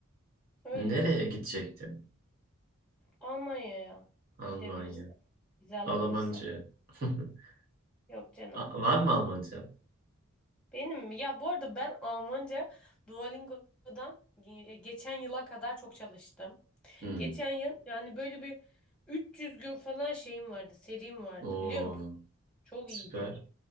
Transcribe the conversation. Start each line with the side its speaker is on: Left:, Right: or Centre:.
Centre: Öyle.
Right: Nereye gidecektin?
Centre: Almanya'ya
Right: Almanya.
Centre: gidebilirsem. Vize alabilirsem.
Right: Almanca. <laughs>
Centre: Yok canım.
Right: A- Var mı Almanca?
Centre: Benim mi? Ya bu arada ben Almanca Duolingo'dan ge- geçen yıla kadar çok çalıştım.
Right: Hı.
Centre: Geçen yıl yani böyle bir 300 gün falan şeyim vardı, serim vardı
Right: Oo,
Centre: biliyor musun? Çok
Right: süper.
Centre: iyiydi.